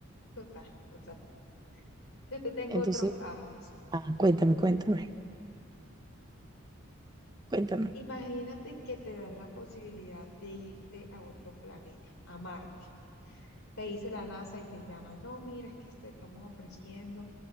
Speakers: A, on the left; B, on the right.
A: total, total. Yo te tengo
B: Entonces,
A: otro caso.
B: ah, cuéntame, cuéntame. Cuéntame.
A: Imagínate que te dan la posibilidad de irte a otro planeta, a Marte. Te dice la NASA y te llama, no, mira, es que te estamos ofreciendo